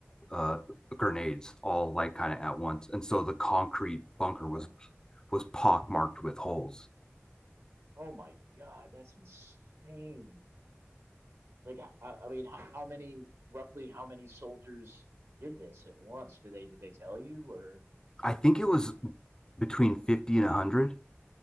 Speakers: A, on the left; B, on the right.
A: uh, grenades, all like kind of at once. And so the concrete bunker was
B: Oh.
A: was pockmarked with holes.
B: Oh my God, that's insane. Like, I, I I mean, how, how many, roughly how many soldiers did this at once? Did they, did they tell you or?
A: I think it was between fifty and a hundred.